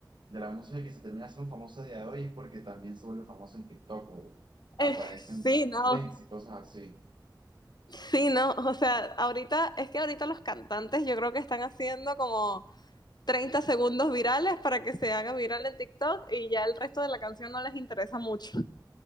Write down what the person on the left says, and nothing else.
Eh, sí, no.
Sí, no. O sea, ahorita, es que ahorita los cantantes yo creo que están haciendo como 30 segundos virales para que se haga viral en TikTok y ya el resto de la canción no les interesa mucho.